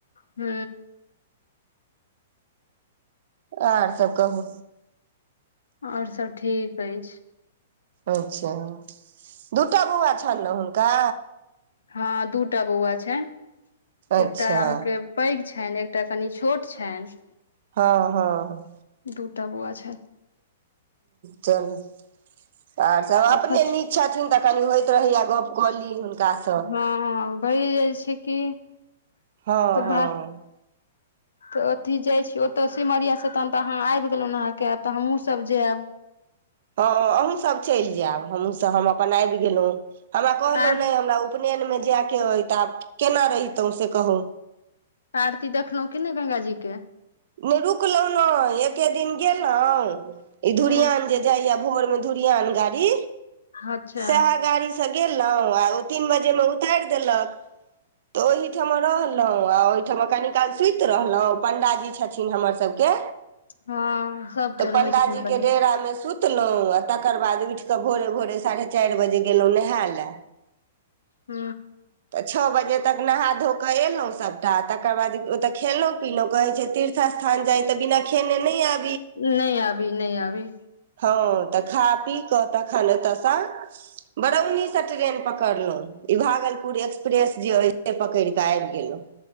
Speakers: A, on the left; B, on the right.
A: हुं
B: आर सब कहू
A: आओर सब ठीक अछि
B: अच्छा दूटा बौआ छनि नऽ हुनका
A: हँ दूटा बौआ छै
B: अच्छा
A: एकटा अहाँके पैघ छनि एकटा कनि छोट छनि
B: हँ हँ
A: दूटा बौआ छै
B: चलू आर सब अपने
A: एखन
B: नी छथिन तऽ कनि होइत रहैया गप कऽ ली हुनकासँ
A: हँ हं भैये जाइ छै कि
B: हँ
A: तऽ
B: हँ
A: भ तऽ अथी जाइ छी ओतय सिमरियाासँ तहन तऽ अहाँ आबि गेलहुँ अहाँके तऽ हमहूँसभ जायब
B: हँ अहूँ सब चलि जायब हमहुँ सब हम अपन आबि गेलहुं हमरा कहलहु
A: आर
B: नहि हमरा उपनेयनमे जायके अ तऽ आब केना रहितहुँ से कहू
A: आरती देखलहुं कि नहि गंगाजी के
B: नहि रुकलहुँ नै एके दिन गेलहुँ ई धुरियान
A: ह
B: जे जाइयऽ भोर मे धुरियान गाड़ी
A: अच्छा
B: सएह गाड़ी से गेलहुँं आ ओ तीन बजे मे उतारि देलक तऽ ओहिठमा रहलहुँ आ ओहिठमा कनी काल सुति रहलहु पंडाजी छथिन हमर सबके
A: हँ सबके
B: तऽ
A: रहै
B: पंडाजी
A: छथिन पंडित
B: के डेरा मे सुति सुतलहुँ आ तकर बाद उठि कऽ भोरे भोरे साढ़े चारि बजे गेलहुँ नहाय लए
A: ह
B: तऽ छओ बजे तक नहा धो कऽ एलहुँ सभटा तकर बाद ओतऽ खेलहु पिलहुँ कहै छै तीर्थ स्थान जाय त बिना खेने नय आ
A: नहि आबी नहि आबी
B: हँ तऽ खा पी कऽ तखन एतयस बरौनीसँ ट्रेन पकड़लहुँ ई भागलपुर एक्सप्रेस जे अय से पकड़ि कऽ आबि गेलहु